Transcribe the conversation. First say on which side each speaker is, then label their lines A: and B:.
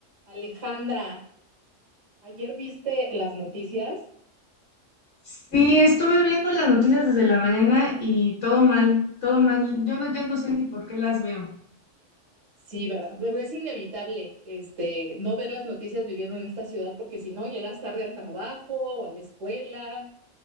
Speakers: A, on the right (about 80°); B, on the left (about 70°).
A: Alejandra, ayer viste las noticias.
B: Sí, estuve viendo las noticias desde la mañana y todo mal, todo mal. Yo no, ya no sé ni por qué las veo.
A: Sí, ¿verdad? Pero Es inevitable, este, no ver las noticias viviendo en esta ciudad porque si no llegas tarde al trabajo o a la escuela